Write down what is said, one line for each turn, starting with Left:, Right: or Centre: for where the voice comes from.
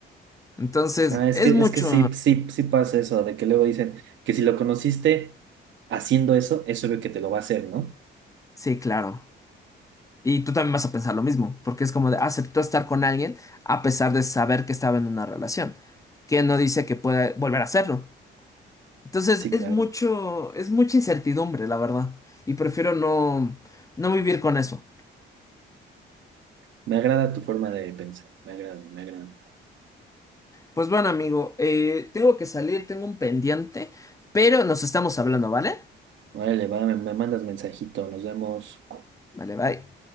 Left: Entonces,
Right: Ah, es
Left: es
Right: que,
Left: mucho...
Right: es que sí, sí, sí pasa eso, de que luego dicen que si lo conociste haciendo eso, es obvio que te lo va a hacer, ¿no?
Left: Sí, claro. Y tú también vas a pensar lo mismo, porque es como de, aceptó estar con alguien a pesar de saber que estaba en una relación, que no dice que pueda volver a hacerlo. Entonces,
Right: Sí,
Left: es
Right: claro.
Left: mucho, es mucha incertidumbre, la verdad. Y prefiero no, no vivir con eso.
Right: Me agrada tu forma de pensar, me agrada, me agrada.
Left: Pues bueno, amigo, eh, tengo que salir, tengo un pendiente, pero nos estamos hablando, ¿vale?
Right: Órale, va, me, me mandas mensajito, nos vemos.
Left: Vale, bye.